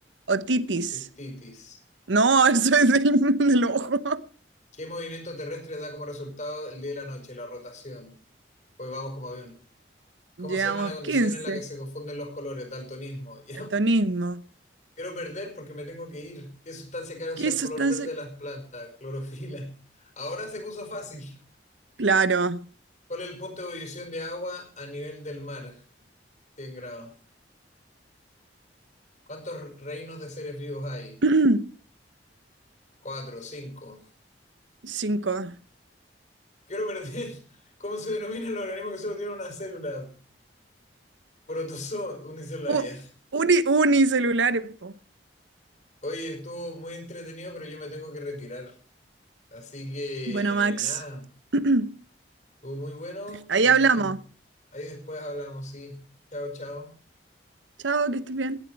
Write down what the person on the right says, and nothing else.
Otitis.
No, <laughs> eso es del, <laughs> del ojo.
Llevamos
15.
Daltonismo.
¿Qué
sustancia?
Claro.
<clears throat>
5.
U-
uni- unicelulares, po.
Bueno, Max,
<clears throat>
ahí
hablamos.
Chao, que estés bien.